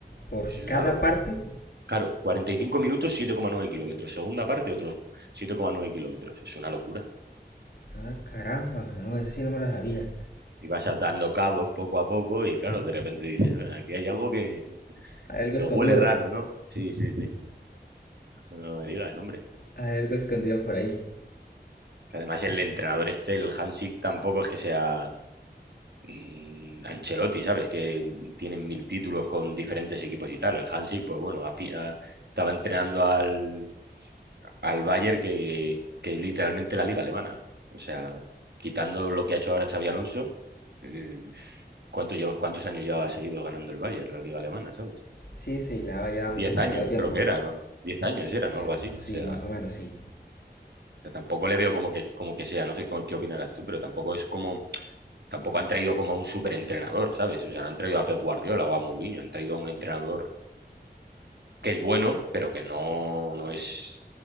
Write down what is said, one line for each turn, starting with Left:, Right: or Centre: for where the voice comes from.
Left: por
Right: Eso es
Left: cada
Right: una locura.
Left: parte.
Right: Claro, 45 minutos, siete coma nueve kilómetros. Segunda parte, otros siete coma nueve kilómetros. Es una locura.
Left: Ah, caramba, no, esa sí no me la sabía.
Right: Y vas atando cabos poco a poco y claro, de repente dices, "Eh, aquí hay algo que,
Left: Hay algo
Right: que
Left: escondido.
Right: huele raro, ¿no? Sí, sí, sí. No me digas, hombre.
Left: Hay algo escondido por ahí.
Right: Que Además, el entrenador este, el Hansik, tampoco es que sea mm, Ancelotti, ¿sabes? Que tienen mil títulos con diferentes equipos y tal. El Hansik, pues bueno, ha fi- ha- estaba entrenando al, al Bayern, que, que es literalmente la liga alemana. O sea, quitando lo que ha hecho ahora Xavi Alonso, eh, ¿cuánto lleva- cuántos años ya ha seguido ganando el Bayern, la liga alemana, ¿sabes?
Left: Sí, sí, ya llevamos
Right: Diez
Left: demasiado
Right: años,
Left: tiempo.
Right: creo que era, ¿no? Diez años era, ¿no?
Left: Sí,
Right: Algo así.
Left: sí,
Right: O sea,
Left: más o
Right: o
Left: menos, sí.
Right: sea, tampoco le veo como que, como que sea, no sé cómo- qué opinarás tú, pero tampoco es como tampoco han traído como a un superentrenador, ¿sabes? O sea, no han traído a Pep Guardiola o a Mourinho, han traído a un entrenador que es bueno, pero que no, no es,